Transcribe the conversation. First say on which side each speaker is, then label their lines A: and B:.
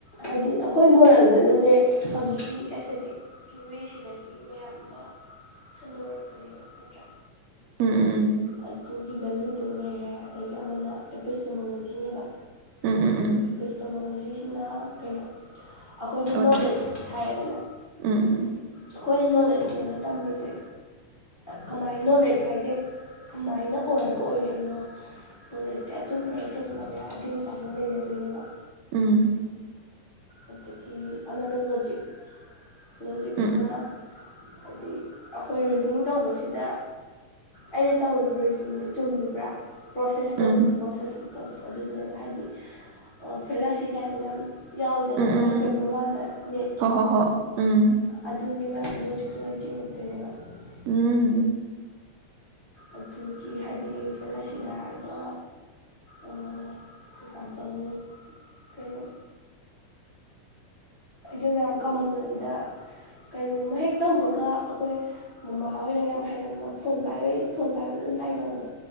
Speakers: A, on the left; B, on the right.
A: ꯍꯥꯏꯗꯤ ꯑꯩꯈꯣꯏ ꯃꯣꯔꯦꯜ ꯚꯦꯂꯨꯁꯦ ꯍꯧꯖꯤꯛꯀꯤ ꯑꯦꯁꯊꯥꯊꯦꯇꯤꯛꯀꯤ ꯋꯦꯁꯤꯗꯒꯤ ꯃꯌꯥꯝꯗ ꯁꯟꯗꯣꯔꯛꯄꯅꯦꯕ ꯅꯠꯇ꯭ꯔꯥ
B: ꯎꯝ ꯎꯝ
A: ꯑꯗꯨꯒꯤ ꯚꯦꯂꯨꯗꯣ ꯂꯩꯔꯦ ꯑꯗꯒꯤ ꯑꯃꯅ ꯑꯦꯄꯤꯁꯇꯣꯃꯣꯂꯣꯖꯤ ꯅꯦꯕꯥ
B: ꯎꯝ ꯎꯝ ꯎꯝ ꯎꯝ
A: ꯑꯦꯄꯤꯁꯇꯣꯃꯣꯂꯣꯖꯤꯁꯤꯅ ꯀꯩꯅꯣ ꯑꯩꯈꯣꯏꯅ
B: ꯂꯣꯖꯤꯛ
A: ꯅꯣꯂꯦꯖ ꯍꯥꯏꯔꯒꯅꯥ
B: ꯎꯝ ꯎꯝ
A: ꯑꯩꯈꯣꯏꯅ ꯅꯣꯂꯦꯖꯅꯦꯅ ꯇꯝꯃꯤꯁꯦ ꯀꯃꯥꯏ ꯅꯣꯂꯦꯖ ꯍꯥꯏꯁꯦ ꯀꯃꯥꯏꯅ ꯑꯣꯏꯔꯒ ꯑꯣꯏꯔꯛꯏꯅꯣ ꯅꯣꯂꯦꯖꯁꯦ ꯑꯆꯨꯝꯕ꯭ꯔꯥ ꯆꯨꯝꯗꯕ꯭ꯔꯥ ꯑꯗꯨꯒꯤ ꯃꯇꯥꯡꯗ ꯅꯩꯅꯅꯗꯣꯏꯅꯦꯕ
B: ꯎꯝ
A: ꯑꯗꯒꯤ ꯑꯃꯅ ꯂꯣꯖꯤꯛ ꯂꯣꯖꯤꯛꯁꯤꯅ
B: ꯎꯝ
A: ꯍꯥꯏꯗꯤ ꯑꯩꯈꯣꯏ ꯔꯤꯖꯅꯤꯡ ꯇꯧꯕꯁꯤꯗ ꯑꯩꯅ ꯇꯧꯔꯤꯕ ꯔꯤꯖꯅꯤꯡꯁꯦ ꯆꯨꯝꯃꯤꯕ꯭ꯔꯥ ꯄ꯭ꯔꯣꯁꯦꯁꯇꯣ
B: ꯎꯝ
A: ꯄ꯭ꯔꯣꯁꯦꯁꯞꯇꯣ ꯑꯗꯨꯗꯨꯅꯦꯕ ꯍꯥꯏꯗꯤ ꯐꯦꯂꯥꯁꯤ ꯀꯥꯏꯅ ꯃꯌꯥꯝ ꯌꯥꯎꯋ ꯑꯗꯨꯅ
B: ꯎꯝ
A: ꯑꯩꯈꯣꯏ
B: ꯎꯝ
A: ꯄꯦꯄꯔ ꯋꯥꯟꯗ ꯅꯦꯠꯀꯤ
B: ꯍꯣ ꯍꯣ ꯍꯣ ꯎꯝ
A: ꯑꯗꯨꯒꯤ ꯃꯌꯥꯝꯗ ꯂꯣꯖꯤꯛ <unintelligible>
B: ꯎꯝ
A: ꯑꯗꯨꯒꯤ ꯍꯥꯏꯗꯤ ꯐꯦꯂꯣꯁꯤꯗ ꯍꯥꯏꯔꯒ ꯑꯦꯛꯖꯥꯝꯄꯜ ꯀꯩꯅꯣ ꯌꯨꯝ ꯌꯥꯝ ꯀꯃꯟ ꯑꯣꯏꯕꯗ ꯀꯩꯅꯣꯃ ꯍꯦꯛ ꯇꯧꯕꯒ ꯑꯩꯈꯣꯏ ꯃꯃꯥ ꯍꯣꯏꯅ ꯌꯥꯝ ꯍꯥꯏꯒꯟꯕ ꯐꯣꯟ ꯄꯥꯏꯕꯩ ꯐꯣꯟ ꯇꯥꯏꯅꯕꯗꯣ